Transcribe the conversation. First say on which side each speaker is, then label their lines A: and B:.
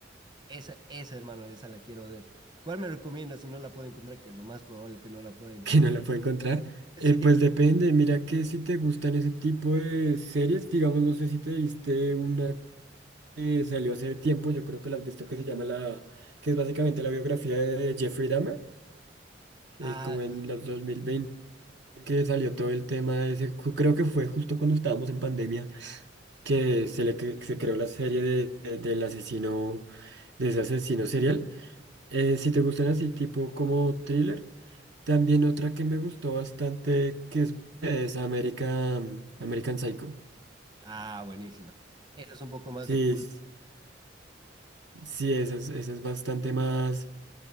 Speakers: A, on the right; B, on the right.
A: Esa, esa, hermano, esa la quiero ver. ¿Cuál me recomienda si no la puedo encontrar? Que es lo más probable que no la
B: <laughs>
A: pueda encontrar.
B: que no la puedo encontrar.
A: <laughs> Sí.
B: Eh, pues depende, mira que si te gustan ese tipo de series, digamos, no sé si te viste una que salió hace tiempo, yo creo que la has visto, que se llama la, que es básicamente la biografía de Jeffrey Dahmer, eh,
A: Ah,
B: como en
A: sí, sí.
B: los
A: sí.
B: 2020 que salió todo el tema de ese, ju- creo que fue justo cuando estábamos en pandemia. que se le cre- se creó la serie de, de- del asesino, de ese asesino serial. Eh, si te gustan así, tipo como thriller. También otra que me gustó bastante, que es, es American, American Psycho.
A: Ah, buenísima. Esa es un poco más
B: Sí,
A: de cool.
B: s- sí, esa es, esa es bastante más,